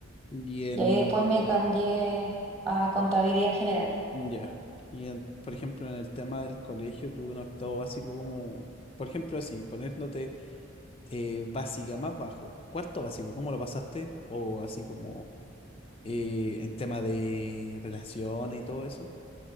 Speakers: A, on the left (about 25°); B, on the right (about 20°).
A: Y en,
B: Y ahí después me cambié a contabilidad general.
A: ya. Y en, por ejemplo, en el tema del colegio, tuve un octavo básico como, por ejemplo, así, poniéndote eh, básica más bajo. Cuarto básico, ¿cómo lo pasaste? O así como eh, en tema de relaciones y todo eso.